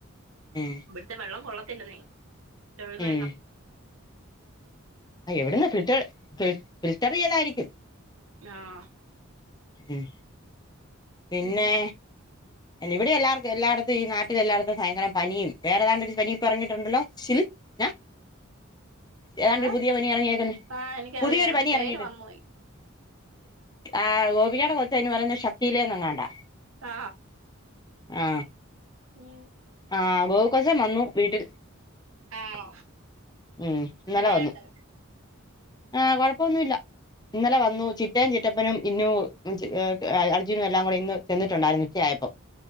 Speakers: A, on the left (about 20°); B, on the right (about 90°).
A: ഉം
B: ഇവട്ത്തെ വെള്ളം കൊള്ളത്തില്ലന്നേ ചൊഴ <unintelligible>
A: ഉം ആ എവിട്ന്ന് കിട്ട് ഫിൽ ഫിൽറ്റർ ചെയ്തായിരിക്കും
B: ആഹ്
A: ഉം പിന്നെ
B: ഉം
A: അല്ല ഇവിടെ എല്ലാർക്കും എല്ലായിടത്തും ഈ നട്ടിലെല്ലായിടത്തും ഭയങ്കരം പനിം വേറെ താ ഒരു പനി ഇപ്പോ എറങ്ങിട്ടുണ്ടല്ലോ ചിൽ ന ഏതാണ്ട്
B: ഏ
A: ഒരു പുതിയ പനി ഇറങ്ങിയേക്കുന്നു
B: ആ എനിക്കറിയാം
A: പുതിയൊരു പനി
B: പേര്
A: ഇറങ്ങിയിട്ട്
B: മർന്ന് പോയി
A: ആ ഗോപികയുടെ കൊച്ച് അയ്ന് പറയുന്നത് ശക്തിയിലെന്നങ്ങാണ്ട
B: ആ
A: ആ
B: ഉം
A: ആ ഗോവു കൊച്ചം വന്നു വീട്ടി
B: ആണോ
A: ഉം ഇന്നല
B: എങ്ങനെയുണ്ട്
A: വന്നു ആ കൊഴപ്പൊന്നു ഇല്ല ഇന്നലെ വന്നു
B: ഉം
A: ചി ചിറ്റയും ചിറ്റപ്പനും ഇന്നുവും അ അർജുനും എല്ലാം കൂടെ ഇന്ന് ചെന്നിട്ടുണ്ടായിരുന്നു ഉച്ചയായപ്പം